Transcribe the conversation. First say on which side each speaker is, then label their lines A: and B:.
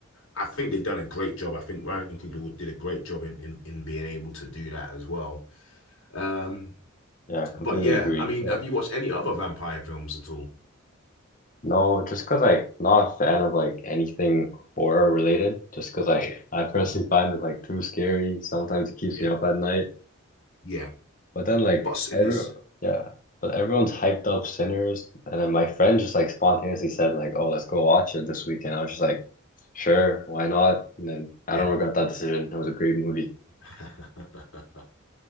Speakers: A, on the left; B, on the left.
A: I think they've done a great job. I think Ryan Coogler did a great job in, in, in being able to do that as well. Um,
B: yeah, completely
A: but yeah,
B: agree.
A: I mean,
B: Yeah.
A: have you watched any other vampire films at all?
B: No, just because like not a fan of like anything horror related, just because I, I personally find it like too scary. Sometimes it keeps
A: Yeah.
B: me up at night.
A: Yeah,
B: But then like
A: but Sinners,
B: every yeah, but everyone's hyped up Sinners, and then my friend just like spontaneously said like, "Oh, let's go watch it this weekend." I was just like, "Sure, why not?" And then I
A: yeah.
B: don't regret that decision. That was a great movie.
A: <laughs>